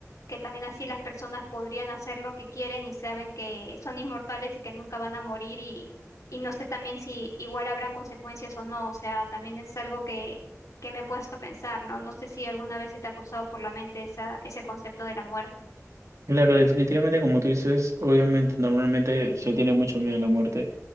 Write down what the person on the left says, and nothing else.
que también así las personas podrían hacer lo que quieren y saben que son inmortales y que nunca van a morir y, y no sé también si igual habrá consecuencias o no, o sea, también es algo que que me he puesto a pensar, ¿no? No sé si alguna vez se te ha cruzado por la mente esa, ese concepto de la muerte.